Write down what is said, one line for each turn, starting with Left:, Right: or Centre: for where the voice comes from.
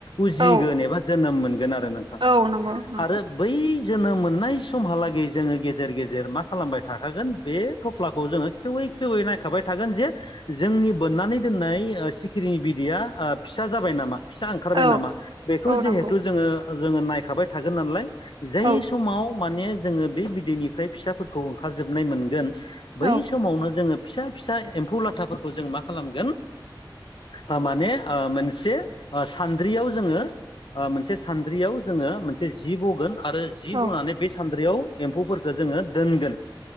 Left: उजिगोन
Right: औ
Left: एबा जोनोम मोनगोन आरो नोंथां
Right: औ नंगौ नंगौ
Left: आरो बै जोनोम मोननाय समहालागै जोङो गेजेर गेजेर मा खालामबाय थाखागोन बे थफ्लाखौ जोङो सेेवै खेवै नायखाबाय थागोन जे जोंनि बोननानै दोननाय ओ सिखिरिनि बिदैया ओ फिसा जाबाय नामा फिसा ओंखारबाय
Right: औ
Left: नामा बेखौ
Right: औ
Left: जेहेथु
Right: नंगौ
Left: जोङो ओ जोङो नायखाबाय थागोन नालाय जाय
Right: औ
Left: समाव माने जोङो बे बिदैनिफ्राय फिसाफोरखौ ओंखारजोबनाय मोनगोन बै
Right: औ
Left: समावनो जोङो फिसा फिसा एम्फौ लाथाफोरखौ जों मा खालामगोन ओ माने ओ मोनसे ओ सान्द्रियाव जोङो ओ मोनसे सान्द्रियाव जोङो मोनसे जि बगोन आरो जि
Right: औ
Left: बनानै बे सान्द्रियाव एम्फौफोरखो जोङो दोनगोन